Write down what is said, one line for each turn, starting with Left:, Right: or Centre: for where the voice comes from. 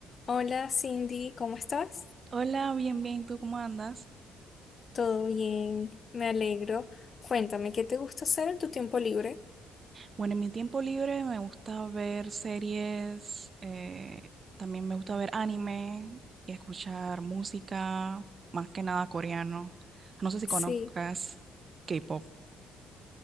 Left: Hola Cindy, ¿cómo estás?
Right: Hola, bien, bien, ¿tú cómo andas?
Left: Todo bien, me alegro. Cuéntame, ¿qué te gusta hacer en tu tiempo libre?
Right: Bueno, en mi tiempo libre me gusta ver series, eh, también me gusta ver anime y escuchar música, más que nada coreano. No sé si
Left: Sí,
Right: conozcas K-pop.